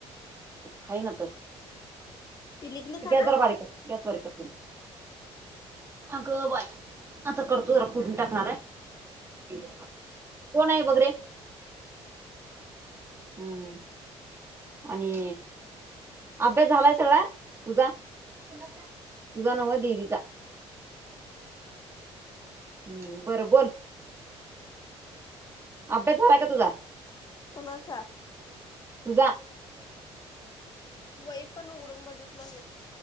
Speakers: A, on the right; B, on the left.
A: खाई ना तर
B: पिलीगली खाणार
A: गॅस जरा बारीक कर, गॅस बारीक कर. अगं बाय तु जरा फुडुन टाकणार आहे कोण आहे बघरे. हम्म आणि अभ्यास झालाय सगळा तुझा तुझा न्हव दिदीचा हम्म बरं बोल, अभ्यास झालाय का तुझा?
B: कोणाचा
A: तुझा
B: वही पण उघडून बघितलो नाय.